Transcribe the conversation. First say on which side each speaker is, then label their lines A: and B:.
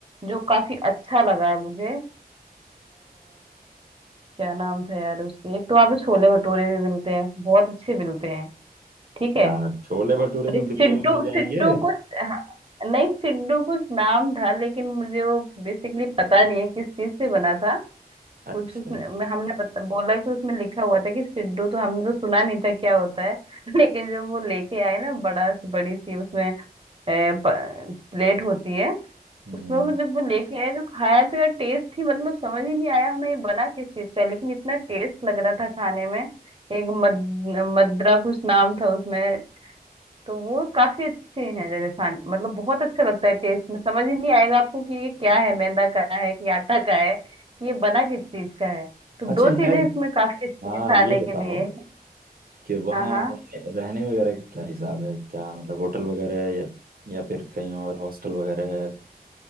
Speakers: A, on the right; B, on the right.
A: जो काफी अच्छा लगा है मुझे आ, क्या नाम था यार उसकी एक तो वहाँ पे छोले भटूरे भी मिलते हैं बहुत अच्छे मिलते हैं ठीक है
B: यार छोले भटूरे
A: और
B: तो
A: एक
B: दिल्ली
A: सिड्डू
B: में मिल जाएंगे
A: सिड्डू कुछ हाँ, नहीं सिड्डू कुछ नाम था लेकिन मुझे वो बेसिकली पता नहीं है किस चीज से बना था
B: अच्छा
A: कुछ उसमें हमने बता, बोला कि उसमें लिखा हुआ था कि सिड्डू तो हमने तो सुना नहीं था क्या होता है <laughs> लेकिन जब वो लेके आए ना बड़ा से बड़ी सी उसमें प्लेट होती है
B: हम्म
A: उसमें वो जब वो लेके आए जो खाया तो यार टेस्ट ही मतलब समझ ही नहीं आया हमें ये बना किस चीज का लेकिन इतना टेस्ट लग रहा था खाने में एक मद, मद्रा कुछ नाम था उसमें तो वो काफी अच्छी है जगह खान मतलब बहुत अच्छा लगता है टेस्ट में समझ ही नहीं आएगा आपको कि ये क्या है मैदा का है कि आटा का है ये बना किस चीज का है तो
B: अच्छा
A: दो चीजें
B: खैर
A: इसमें काफी अच्छी
B: हाँ
A: है खाने
B: ये
A: के
B: बताओ
A: लिए
B: कि वहाँ
A: हाँ हाँ
B: रहने, रहने वगैरह का क्या हिसाब है क्या मतलब होटल वगैरह है या, या फिर कहीं और हॉस्टल वगैरह है